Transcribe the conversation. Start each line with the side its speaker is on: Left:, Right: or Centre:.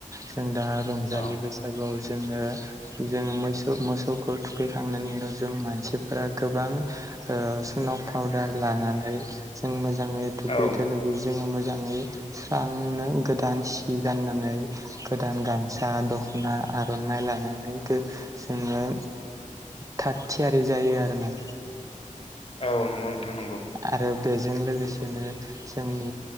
Right: जों दा रंजालि
Left: औ
Right: बैसागुआव जोङो जोङो मोसौ मोसौखौ थुखैखांनायनि उनाव जों मानसिफोरा गोबां सुनक पाउदार लानानै जों मोजाङै दुगैदै
Left: औ
Right: जोङो मोजाङै स्रांनो गोदान सि गाननानै गोदान गामसा, दख'ना, आर'नाइ, लानानै जोङो थाग थियारि जायो आरो ना।
Left: औ नंगौ नोंथां नांगौ।
Right: आरो बेजों लोगोसेनो जोंनि